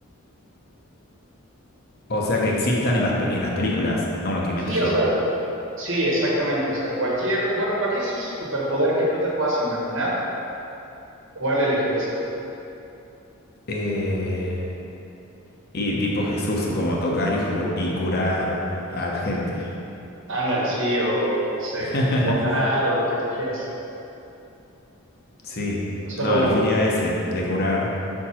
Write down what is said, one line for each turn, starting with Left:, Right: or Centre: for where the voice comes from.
Left: O sea, que existan en las, pe- en las películas, no uno que invente
Right: Sí,
Left: yo.
Right: o sea, sí, exactamente. O sea, cualquier, bueno, cualquier su- superpoder que tú te puedas imaginar, ¿cuál elegirías tú?
Left: Eh, y tipo Jesús, como tocar y, ju- y curar a la gente.
Right: Ándale, sí, o no sé,
Left: <laughs>
Right: volar o lo que tú quieras,
Left: Sí,
Right: pero solo
Left: no, elegiría
Right: uno.
Left: ese, de curar